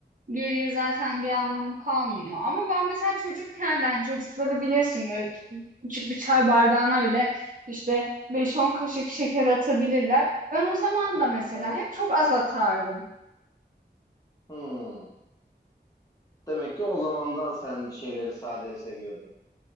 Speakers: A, on the right; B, on the left.
A: geriye zaten bir anlamı kalmıyor. Ama ben mesela çocukken de hani çocukları bilirsin böyle küçük bir çay bardağına bile işte beş on kaşık şeker atabilirler. Ben o zaman
B: <laughs>
A: da mesela
B: Evet.
A: hep çok az atardım.
B: Hmm. Demek ki o zamandan sen bir şeyleri sade seviyordun.